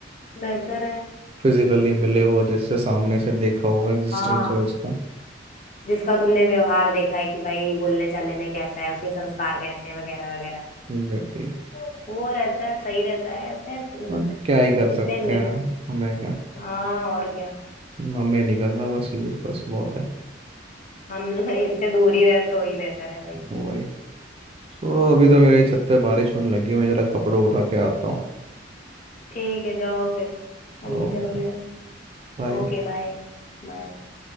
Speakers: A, on the left (about 40°); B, on the right (about 30°).
A: बेहतर है
B: फिजिकली मिले हो जैसे सामने से देखा हो एग्जिस्टेंस
A: हाँ
B: हो इसका
A: जिसका तुमने व्यवहार देखा है कि भाई बोलने चालने में कैसा है उसके संस्कार कैसे हैं वगैरह वगैरह
B: एग्जैक्टली
A: तो वो रहता है सही रहता है ऐसे तुम-
B: बट क्या ही कर
A: जिससे
B: सकते
A: मिल
B: हैं हमें क्या
A: हाँ और क्या
B: हमें नहीं करना बस यूज बस बहुत है
A: हम <laughs> लोग इससे दूर ही रहे तो ही बेहतर है भाई
B: वही छोड़ो अभी
A: हम्म,
B: तो मेरे छत पे बारिश होने लगी मैं जरा कपड़े उठा के आता हूँ
A: ठीक है जाओ फिर हम
B: Okay
A: भी चल रहे हैं
B: bye
A: Okay bye बाय